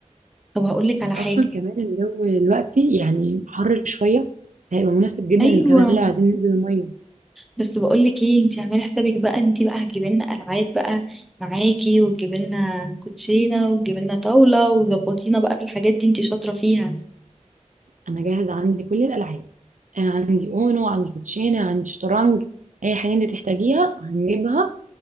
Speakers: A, in the centre; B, on the right (about 80°).
A: طب هقولك على حاجة
B: اصلا كمان الجو دلوقتي يعني حر شويه هيبقى مناسب جدا
A: ايوه
B: كمان لو عايزين ننزل الميه
A: بس بقولك ايه انتي اعملي حسابك بقى ان انتي بقى هتجيبي لنا العاب بقى معاكي وتجيبي لنا كوتشينه وتجيبي لنا طاوله وظبطينا بقى في الحاجات دي انتي شاطره فيها
B: انا جاهزه عندي كل الالعاب انا عندي اونو عندي كوتشينه عندي شطرنج اي حاجه انت تحتاجيها هنجيبها